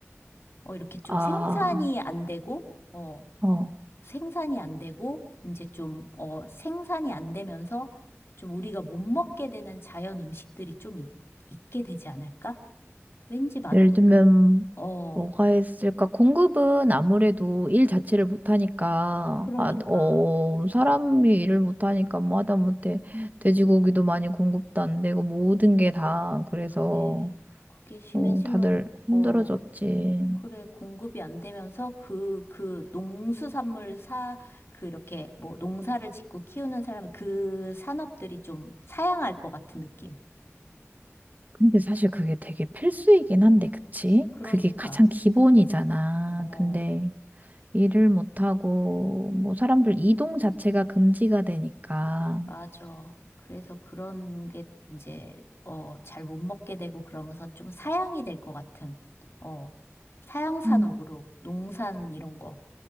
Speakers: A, on the left; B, on the right.
A: 어, 이렇게 좀
B: 아,
A: 생산이 안 되고, 어,
B: 어.
A: 생산이 안 되고, 이제 좀, 어, 생산이 안 되면서 좀 우리가 못 먹게 되는 자연 음식들이 좀 있, 있게 되지 않을까? 왠지 막연히
B: 예를 들면
A: 그런, 어,
B: 뭐가 있을까? 공급은 아무래도 일 자체를 못하니까,
A: 그러니까.
B: 아, 어, 사람이 일을 못하니까 뭐 하다못해 돼지고기도 많이 공급도 안 되고 모든 게 다 그래서
A: 그래. 그게 심해지면,
B: 어, 다들 힘들어졌지.
A: 어, 그래. 공급이 안 되면서 그, 그 농수산물 사, 그 이렇게 뭐 농사를 짓고 키우는 사람은 그 산업들이 좀 사양할 것 같은 느낌.
B: 근데 사실 그게 되게 필수이긴 한데, 그치?
A: 그러니까,
B: 그게 가장 기본이잖아.
A: 어,
B: 근데 일을 못하고, 뭐, 사람들 이동 자체가 금지가 되니까.
A: 맞아. 그래서 그런 게 이제, 어, 잘 못 먹게 되고 그러면서 좀 사양이 될 것 같은, 어, 사양 산업으로
B: 음,
A: 농산 이런 거,